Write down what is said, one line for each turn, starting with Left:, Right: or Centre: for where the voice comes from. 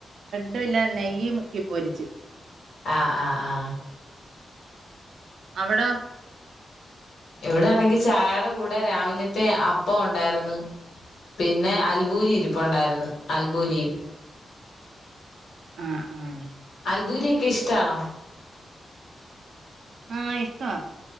Right: <unintelligible> നെയ്യ് മുക്കി പോരിച്ച്
Left: ആ ആ ആ
Right: അവിടൊ
Left: ഇവിടാണെങ്കി ചായട കൂടെ രാവിലത്തെ അപ്പം ഉണ്ടാര്ന്ന് പിന്നെ അൽബൂരി ഇരിപ്പുണ്ടായിരുന്നു അൽബൂരി
Right: ആഹ ആഹ്
Left: അൽബൂരിയൊക്കെ ഇഷ്ടാണോ
Right: ആ ഇഷ്ടവാ